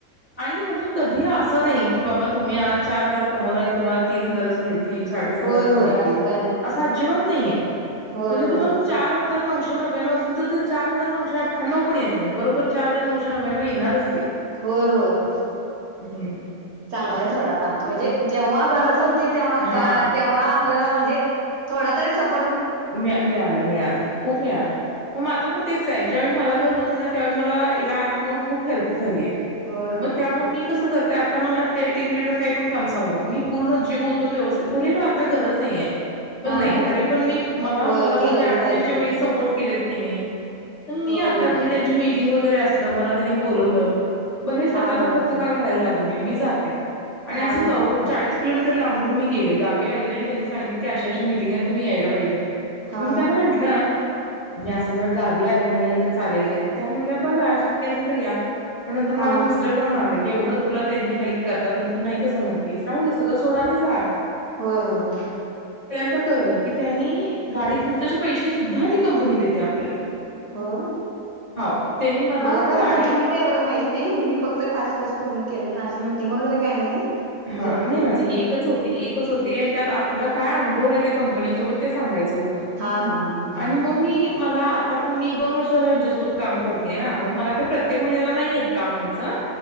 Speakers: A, on the left; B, on the right.
A: आणि म्हणजे कधीही असं नाही की बाबा तुम्ही आज चार हजार कमवला आणि तुम्हाला तीन हजारच मिळ तीन साडेतीन
B: होय
A: हजारच
B: होय
A: मिळतील
B: असं काही नाही
A: असं अजिबात नाहीये
B: होय
A: म्हणजे
B: होय
A: तुम्हाला चार हजार जर नऊशे नव्याण्णव असतील तर ते चार हजार नऊशे अठ्ठ्यांणव पण येत नाहीत बरोबर चार हजार नऊशे नव्याण्णव येणारच ते
B: होय होय
A: हम्म
B: <unintelligible> चांगलंय
A: असं
B: सोडा
A: आहे
B: काम म्हणजे जेव्हा गरज होती तेव्हा
A: हा
B: त्या तेव्हा - आपल्याला म्हणजे थोडातरी सपो
A: मी मिळालं, मिळालं खूप मिळालं. मग, माझं पण तेच आहेज्यावेळी मला गरज होती ना त्यावेळी मला ह्या ऍपमुळे खूप हेल्प झालिय,
B: होय
A: मग
B: होय
A: त्यामुळे मी कस कर ते आता मला ते टीम लीडर काही पण काम सांगू देत. मी पूर्ण जीव ओतून व्यवस्थित भले मला आता गरज नाही आहे. पण,
B: हा
A: नाही
B: हा
A: तरी पण मी! मला,
B: होय
A: माझ्या
B: केलंच
A: अडचणीच्या
B: पाहिजे
A: वेळी
B: ते
A: सपोर्ट किलेत की नाही मी,
B: होय
A: आता
B: होय
A: मी त्यांची मी मीटिंग वगैरे असलं मला त्यांनी बोलवलं भले, स्वःचा
B: हा हा
A: खर्च का घालायला लागु पुणे, मी जाते. आणि
B: हा
A: असं जाऊ,
B: हा
A: चाळीस किलोमीटर, लांबून मी गेले गावी आलेले, आणि त्यांनी सांगितल की अशी अशी मीटिंग आहे तुम्ही यायला पाहिजे.
B: हा
A: म, मी त्यांना म्हंटलं मी असं जर गावी आले, नाही आल तर चालेल काय, तर त्या म्हणल्या बघा शक्य असेल तर या. पण नंतर माझे
B: हा
A: मिस्टर,
B: हा
A: पण म्हणाले एवढं तुला त्यांनी हेल्प करतात आणि तू नाही कसं? म्हणतीस राहू दे सगळं सोड आणि जा.
B: होय, होय.
A: त, कळलं की त्यांनी गाडी, खर्चाचे पैसे सुद्धा ती कंपनी देते आपल्याला.
B: होय,
A: हाव त्यांनी
B: मला काय
A: गाडी
B: ह्याच्यामधलं काही एवढं माहित नाही मी फक्त टास्कच पूर्ण केलेत. त्याच मीटिंग वगैरे काही नाही.
A: हा
B: जॉईन
A: नाही
B: केलं
A: माझी
B: मी
A: एकच होती, एकच होती, आणि त्यात आपलं काय अनुभव आहे, त्या कंपनीसोबत ते सांगायच होतं?
B: हा हा हा हा
A: आणि म मी मला आता पण मी दोन वर्ष झालं हेच्यासोबत काम करते हां मग मला काय प्रत्येक -- त्येक महिनेला नाही येत काम यांचं